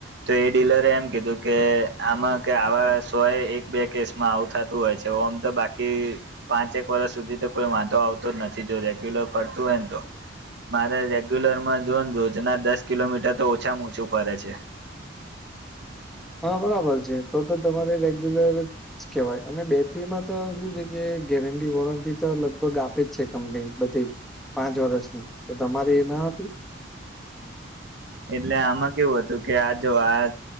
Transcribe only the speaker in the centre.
<inaudible>
હં બરાબર ચે તો તો તમારે રેગ્યુલર. કેવાય અને બેટરીમાં તો શું છે કે ગેરંટી વોરંટી તો લગભગ આપે છે કંપની બધી. પાંચ વરસ ની તો તમારે એ ન હતી.